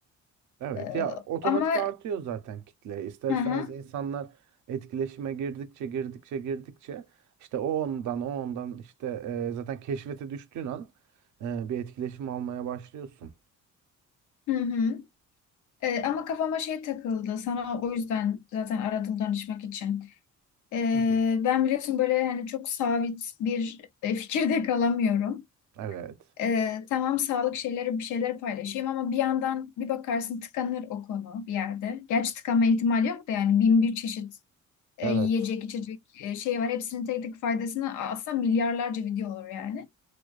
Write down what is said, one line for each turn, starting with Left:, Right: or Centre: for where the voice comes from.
Right: Evet
Left: E,
Right: ya otomatik
Left: ama
Right: artıyor zaten kitle. İster
Left: hı
Right: istemez
Left: hı,
Right: insanlar etkileşime girdikçe girdikçe girdikçe işte o ondan o ondan işte e, zaten keşfete düştüğün an e, bir etkileşim almaya başlıyorsun.
Left: hı hı. Ee, ama kafama şey takıldı. Sana o yüzden zaten aradım danışmak için. Ee,
Right: Hı hı.
Left: ben biliyorsun böyle hani çok sabit bir e, fikirde <laughs> kalamıyorum.
Right: Evet.
Left: Ee, tamam sağlık şeyleri bir şeyler paylaşayım ama bir yandan bir bakarsın tıkanır o konu bir yerde. Gerçi tıkanma ihtimali yok da yani bin bir çeşit e,
Right: Evet.
Left: yiyecek içecek e, şey var. Hepsinin tek tek faydasını aslında milyarlarca video olur yani.